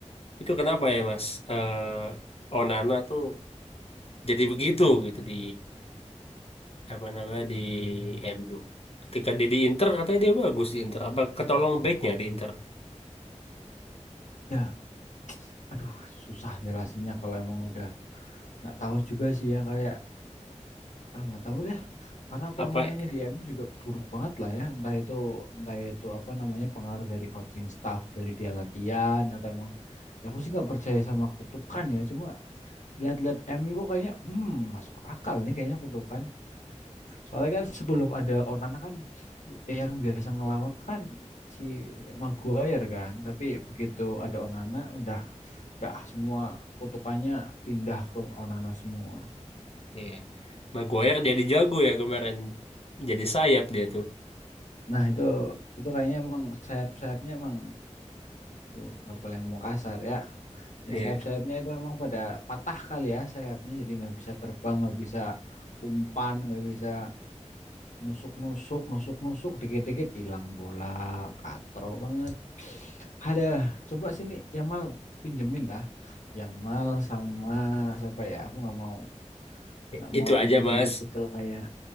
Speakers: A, on the left; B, on the left.
A: itu kenapa ya mas Eh, Onana tuh jadi begitu gitu di apa namanya di MU ketika dia di Inter katanya dia bagus di Inter apa ketolong backnya di Inter
B: Iya, aduh susah jelasinnya kalau emang udah nggak tahu juga sih ya kayak Ah, nggak tahu deh, karena
A: apa
B: permainannya di MU juga buruk banget lah ya. Entah itu, entah itu apa namanya pengaruh dari coaching staff, dari dia latihan atau emang. Ya aku sih nggak percaya sama kutukan ya. Cuma lihat-lihat MU kok kayaknya, hmm, masuk akal nih kayaknya kutukan. Soalnya kan sebelum ada Onana kan eh, yang biasa ngelawak kan si Maguire kan. Tapi begitu ada Onana, udah, dah semua kutukannya pindah ke Onana semua.
A: Iya. Maguire jadi jago ya kemarin. Jadi sayap dia tuh.
B: Nah, itu itu kayaknya emang sayap-sayapnya emang tuh nggak boleh ngomong kasar ya. Ya
A: Iya.
B: sayap-sayapnya itu emang pada patah kali ya sayapnya jadi nggak bisa terbang, nggak bisa umpan, nggak bisa nusuk-nusuk, nusuk-nusuk dikit-dikit hilang bola, katro banget. Ada, coba sini Yamal pinjemin dah. Yamal sama siapa ya? Aku nggak mau
A: I-
B: nggak mau
A: Itu
B: tipikal-tipikal
A: aja Mas.
B: kayak